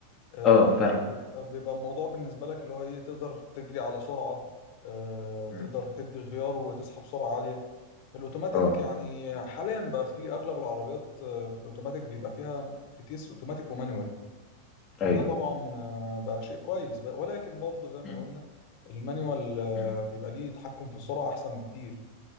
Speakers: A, on the left; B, on the left.
A: آه،
B: اه فاهمك
A: بيبقى بيبقى الموضوع بالنسبه لك اللي هو ايه تقدر تجري على سرعه آه،
B: مم.
A: تقدر تدي غيار وتسحب سرعه عاليه في الاوتوماتيك
B: اه
A: يعني حاليا بقى في اغلب العربيات آه، في الاوتوماتيك بيبقى فيها م- فتيس اوتوماتيك ومانيوال فده
B: ايوه
A: طبعا آه، بقى شيء كويس بقى- ولكن برضو زي ما
B: مم.
A: قلنا المانيوال آه،
B: مم.
A: بيبقى ليه تحكم في السرعه احسن بكتير